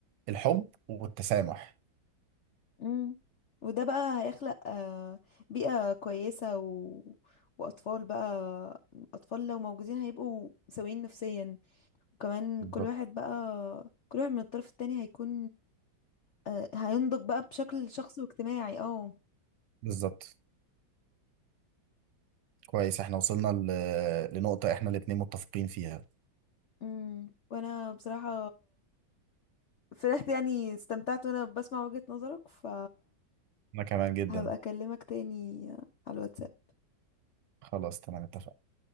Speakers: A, on the right; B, on the left.
A: الحب والتسامح
B: امم وده بقى هيخلق آه، بيئة كويسة و... وأطفال بقى أطفال لو موجودين هيبقوا سويين نفسيا وكمان
A: بالظبط
B: كل واحد بقى كل واحد من الطرف التاني هيكون آه، هينضج بقى بشكل شخصي واجتماعي اه
A: بالظبط كويس احنا وصلنا ل... لنقطة احنا الاتنين متفقين فيها
B: امم وانا بصراحة فرحت يعني استمتعت وانا بسمع وجهة نظرك ف
A: انا كمان جدا
B: هبقى اكلمك تاني على الواتساب
A: خلاص تمام اتفقنا